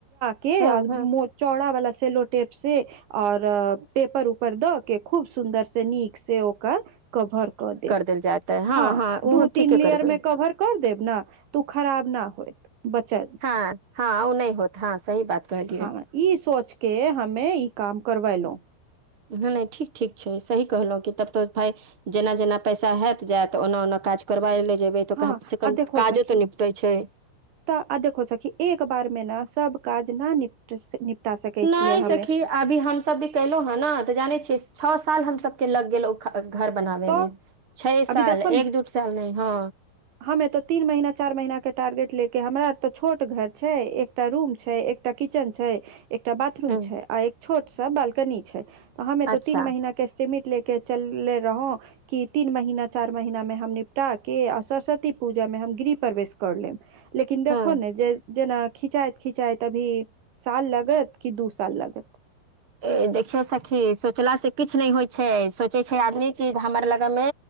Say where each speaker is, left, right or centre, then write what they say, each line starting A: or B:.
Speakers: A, on the right (about 75°); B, on the right (about 30°).
A: के
B: हँ
A: आ मुंह चौड़ा वाला सेलो टेप से और पेपर उपर दऽ के खूब सुन्दर से नीक से ओकर कभर कऽ देब
B: दल जाता है हँ
A: हाँ
B: हँ
A: दू
B: ओहो
A: तीन
B: ठीके
A: लेयर
B: करबै
A: में कवर कर देब ने तऽ ओ खराब ना होत बचत
B: हाँ हाँ ओ नहि होत हाँ सही बात कहलियै
A: हाँ ई सोच के हमे ई काम करवेलहुं
B: नै नहि ठीक ठीक छै सही कहलहुँ कि तब तऽ भाय जेना जेना पैसा हेत जेत ओना ओना काज करबाए ले जेबै तऽ
A: हँ
B: कम से
A: आ
B: कम
A: देखो
B: काजो
A: सखी
B: तो निपटे छै
A: तऽ आ देखो सखी एक बार में न सब काज ना निप निपटा सकै
B: नहि
A: छियै
B: सखी
A: हमे
B: अभी हम सब भी केलो ह न त जाने छियै छो साल हम सब के लग गेलो घर बनाबेमे
A: तो
B: छै
A: अभी
B: साल
A: देखो ने
B: एक दू साल नहि हँ
A: हमे तऽ तीन महीना चारि महीने टारगेट लेके हमरा आर तऽ छोट घर छै एक एकटा रूम छै एकटा किचेन छै एकटा बाथरूम
B: ह
A: छै आ एक छोट सा बालकनी छै हमे
B: अच्छा
A: त तीन महिना के सिमिट ले के चले रहौ कि तीन महिना चार महिना में हम निपटा के असस सती पूजा में हम गृह प्रवेश कर लेब लेकिन देखो
B: हँ
A: ने जे जेना खिचाइत खिचाइत अभी साल लगति कि दू साल लगति
B: ऐ देखियौ सखी सोचलास किछ नहि होई छै सोचै छै आदमी कि हमर लग मे